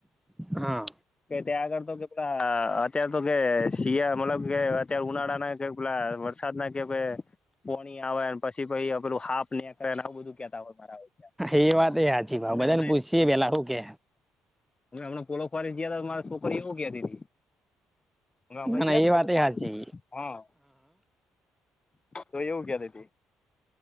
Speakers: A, in the centre; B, on the left (about 35°).
A: હા
B: કે ત્યાં આગળ તો કે પેલા અત્યારે તો કે શિયા મતલબ. કે અત્યારે ઉનાળા ના કે પેલા વરસાદ ના કે ભ. પોણી આવે પછી પછ પેલું હાપ નેક આવું બધું. કેતા હોય મારા
A: એ
B: ઓળખ્યા
A: વાત હચી ભાવ
B: અમે
A: બધાને
B: અમને
A: પૂછી પેલા શું કે.
B: હ હમણા પોલોખવારી જયા હતા મારે છોકરી એવું ગયા તી. ને
A: ના ના એ
B: બોલો
A: વાત એ હાચી
B: હા. તો એવું ક્યા દતી.